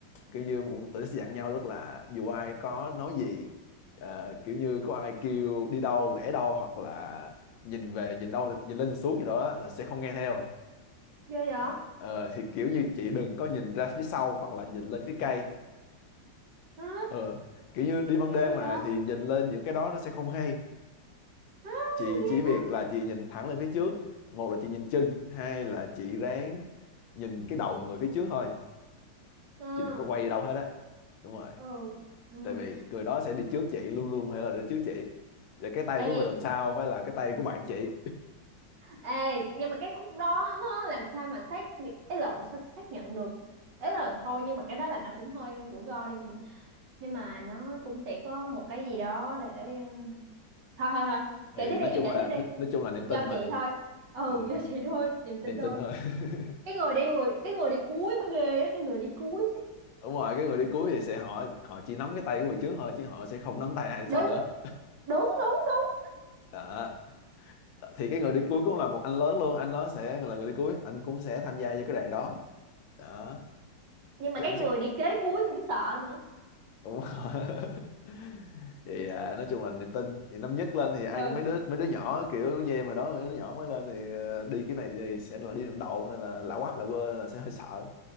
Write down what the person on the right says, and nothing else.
Ghê vậy?
À.
Sao
ghê
vậy?
À,
ghê
quá.
ừ
Ừ. Ừ.
ê
ê nhưng mà cái khúc đó <laughs> làm sao mà xác bị- ấy lộn sao xác nhận được ấy là thôi nhưng mà cái đó là nó cũng hơi rủi ro đi nhưng mà nhưng mà nó cũng sẽ có một cái gì đó để ờ, thôi thôi thôi
kể tiếp
đi em
kể
tiếp đi
do
chị thôi ừ
do chị thôi niềm tin
thôi
cái người đi người cái người đi cuối mới ghê á cái người đi cuối
đúng
đúng đúng đúng
nhưng mà
cái
người
đi kế cuối cũng sợ nữa
Ừ.